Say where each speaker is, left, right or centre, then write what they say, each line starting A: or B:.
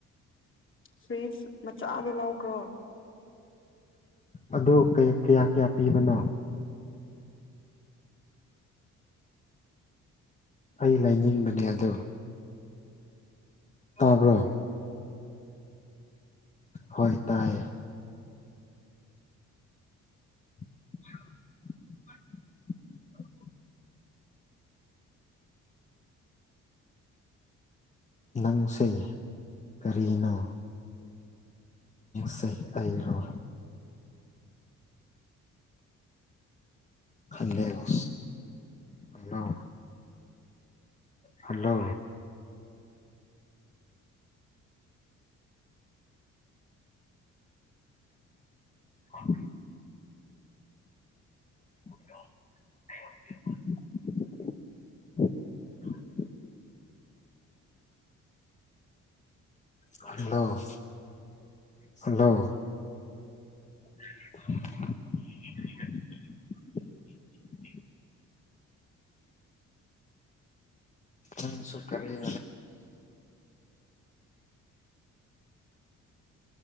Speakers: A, on the left; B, on the left.
A: ꯁ꯭ꯋꯤꯠꯁ ꯃꯆꯥꯗ ꯂꯧꯈ꯭ꯔꯣ
B: ꯑ ꯀꯌꯥ ꯀꯌꯥ ꯄꯤꯕꯅꯣ ꯑꯩ ꯂꯩꯅꯤꯡꯕꯅꯦ ꯑꯗꯣ ꯇꯥꯕ꯭ꯔꯣ ꯍꯣꯏ ꯇꯥꯏꯌꯦ <inaudible> ꯅꯪꯁꯦ ꯀꯔꯤꯅꯣ ꯁ ꯑꯩꯔꯣ ꯍꯜꯂꯣ ꯍꯜꯂꯣ ꯍꯜꯂꯣ <unintelligible> ꯍ <unintelligible> <unintelligible> ꯍꯜꯂꯣ ꯍꯜꯂꯣ <unintelligible> ꯑ ꯁꯨ ꯀꯔꯤꯅꯤ